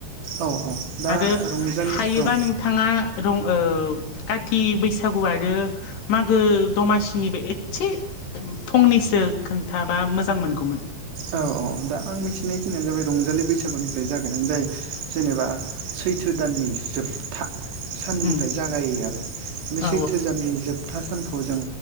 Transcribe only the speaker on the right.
औ औ दा
रंजालि
औ
औ औ दा आं मिथिनायखिनियानो जाबाय रंजालि बैसागुनिफ्राय जागायनानै जाय जेनेबा सैथो दाननि जोबथा साननिफ्राय
जागायो आरो बे
सैथो दाननि जोबथा सानखौ जों